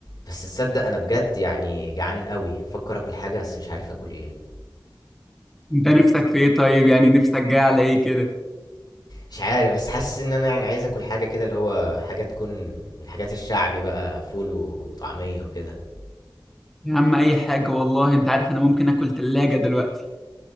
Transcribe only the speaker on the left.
بس تصدق أنا بجد يعني جعان أوي، بافكر آكل حاجة بس مش عارف آكل إيه،
مش عارف بس حاسس إن أنا يعني عايز آكل حاجة كده اللي هو حاجة تكون من الحاجات الشعبي بقى فول وطعمية وكده،